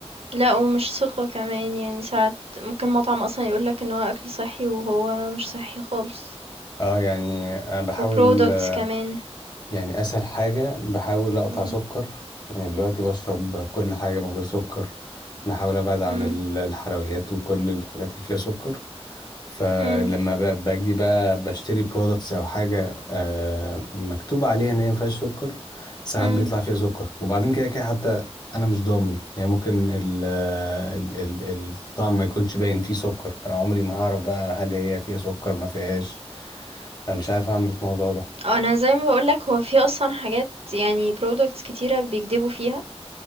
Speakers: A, on the right; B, on the left.
A: لا ومش ثقة كمان يعني ساعات ممكن مطعم اصلا يقولك ان هو اكل صحي وهو مش صحي خالص
B: اه يعني انا بحاول
A: وبرودكتس
B: آه،
A: كمان
B: يعني اسهل حاجة بحاول اقطع
A: امم
B: سكر يعني دلوقتي بشرب كل حاجة من غير سكر بحاول ابعد عن
A: امم
B: ال- الحلويات وكل الحاجات اللي فيها سكر فلما
A: امم
B: ب- باجي بقى بشتري برودكتس او حاجه آه، مكتوب عليها ان هي ما فيهاش سكر ساعات
A: امم
B: بيطلع فيها سكر وبعدين كده كده حتى انا مش ضامن يعني ممكن ال ال ال الطعم ما يكونش باين فيه سكر فانا عمري ما هعرف بقى هل هي فيها سكر ما فيهاش فمش عارف اعمل إيه في الموضوع ده
A: انا زي ما بقولك هو في اصلا حاجات يعني برودكتس كتيرة بيكذبوا فيها